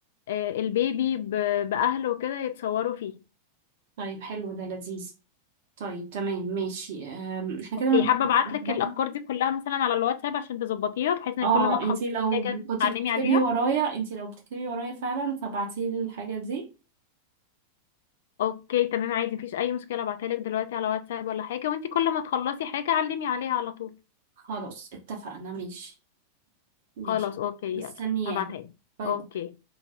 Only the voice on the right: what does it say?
طيب حلو ده لذيذ طيب تمام ماشي أم، احنا كده
مبدئيا
ظبطنا
اه
انتي لو
كنتي
بتكتبي
ورايا انتي لو بتكتبي ورايا فعلا فبعتيلي الحاجة دي
خلاص اتفقنا ماشي ماشي
مستنياها
باي